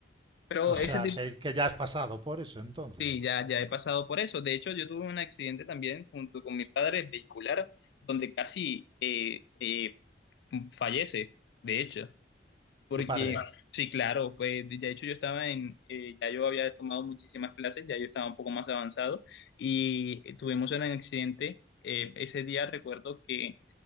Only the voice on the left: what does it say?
Pero
ese
tipo,
sí, ya, ya he pasado por eso. De hecho, yo tuve un accidente también junto con mi padre vehicular, donde casi eh, eh, fallece, de hecho. Porque,
sí, claro, pues de de hecho yo estaba en, eh, ya yo había tomado muchísimas clases, ya yo estaba un poco más avanzado y eh, tuvimos un accidente. eh, ese día recuerdo que